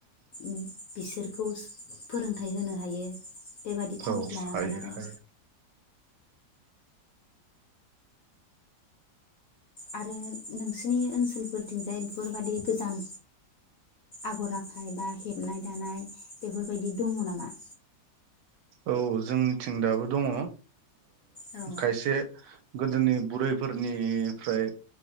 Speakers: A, on the left (about 75°); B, on the right (about 75°).
A: बिसोरखौ फोरोंथाइ होनो हायो बेबादि थांखि
B: औ
A: लानांगोन
B: हायो
A: आरो
B: हायो
A: आरो नोंसिनि ओनसोलफोरथिंजाय बेफोरबादि गोजाम आगर आखाय बा हेबनाय दानाय बेफोरबायदि दङ नामा?
B: औ जोंनिथिं दाबो दङ
A: औ
B: खायसे गोदोनि बुरैफोरनिफ्राय